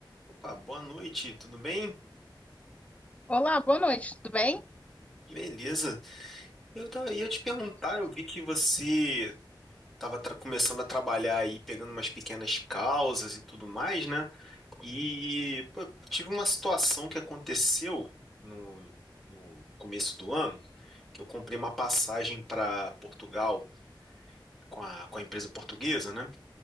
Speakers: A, in the centre; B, on the left (about 15°).
A: Opa, boa noite, tudo bem?
B: Olá, boa noite, tudo bem?
A: Beleza. Eu ta- ia te perguntar, eu vi que você estava começando a trabalhar aí, pegando umas pequenas causas e tudo mais, né? E pô, tive uma situação que aconteceu no, no começo do ano, que eu comprei uma passagem para Portugal com a, com a empresa portuguesa, né?